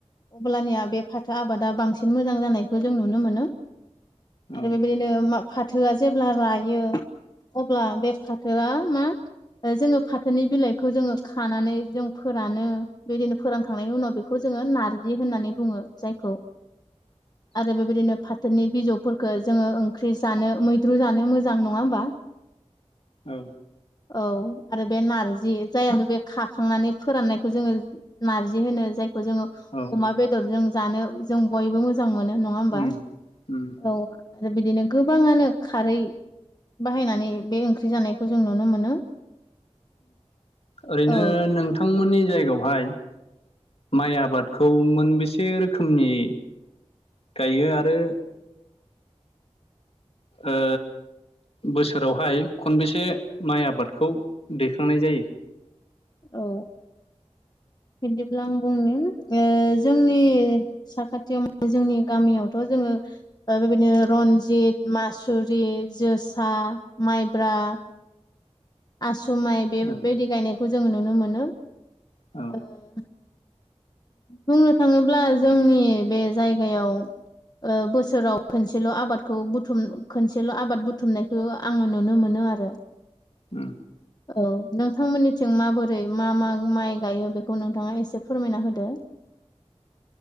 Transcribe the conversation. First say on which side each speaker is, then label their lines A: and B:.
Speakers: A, on the left; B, on the left.
A: अब्लानिया बे फाथो आबादा बांसिन मोजां जानायखौ जों नुनो मोनो
B: औ
A: आरो बेबायदिनो मा फाथोआ जेब्ला रायो अब्ला बे फाथोआ मा जोङो फाथोनि बिलाइखौ जोङो खानानै जों फोरानो। बेदिनो फोरोनखांनायनि उनाव बेखौ जोङो नारजि होननानै बुङो जायखौ।
B: <inaudible>
A: आरो बेबायदिनो फाथोनि बिजौफोरखौ जोङो ओंख्रि जानो मैद्रु जानो मोजां नङा होमबा।
B: औ
A: औ आरो बे नारजि जायानो बे खाखांनानै फोराननायखौ जोङो नारजि होनो जायखौ जोङो
B: औ औ
A: अमा बेदरजों जानो जों बयबो मोजां मोनो नङा होमबा
B: उम उम
A: औ आरो बिदिनो गोबाङानो खारै बाहायनानै बे ओंख्रि जानायखौ जों नुनो मोनो।
B: ओरैनो
A: औ
B: नोंथांमोननि जायगायावहाय माइ आबादखौ मोनबेसे रोखोमनि गायो आरो ओ बोसोरावहाय खनबेसे माइ आबादखौ दैखांनाय जायो।
A: औ बिदिब्ला आं बुंनो जोंनि साखाथियाव जोंनि गामियावथ' जोङो बेबायदिनो रनजित मासुरि जोसा माइब्रा आस माइ
B: जायो
A: बेबायदि गायनायखौ जों नुनो मोनो।
B: औ
A: ओ बुंनो थाङोब्ला जोंनि बे जायगायाव ओ बोसोराव खनसेल' आबादखौ बुथुम खोनसेल' आबाद बुथुमनायखौ आङो नुनो मोनो आरो
B: उ
A: औ नोंथांमोननिथिं माबोरै मा मा माइ गायो बेखौ नोंथाङा एसे फोरमायना होदो